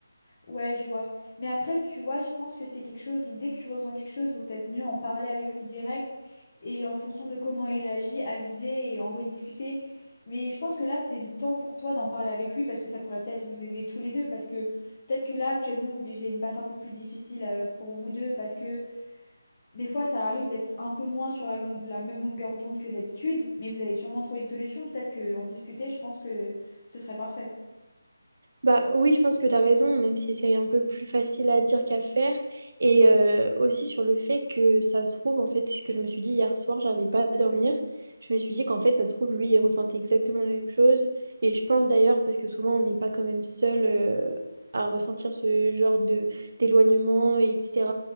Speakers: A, on the left (about 40°); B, on the right (about 55°).
A: Ouais, je vois. Mais après, tu vois, je pense que c'est quelque chose où dès que tu ressens quelque chose, vaut peut-être mieux en parler avec lui direct et en fonction de comment il réagit, aviser et en rediscuter. Mais je pense que là, c'est le temps pour toi d'en parler avec lui parce que ça pourrait peut-être vous aider tous les deux. Parce que peut-être que là, actuellement, vous vivez une passe un peu plus difficile euh, pour vous deux parce que des fois, ça arrive d'être un peu moins sur la, long- la même longueur d'onde que d'habitude. Mais vous allez sûrement trouver une solution. Peut-être qu'en discuter, je pense que ce serait parfait.
B: Bah oui, je pense que tu as raison, même si c'est un peu plus facile à dire qu'à faire. Et euh, aussi sur le fait que ça se trouve, en fait, c'est ce que je me suis dit hier soir, j'arrivais pas à dormir. Je me suis dit qu'en fait, ça se trouve, lui, il ressentait exactement la même chose. Et je pense d'ailleurs, parce que souvent, on n'est pas quand même seul euh, à ressentir ce genre de d'éloignement, et etc.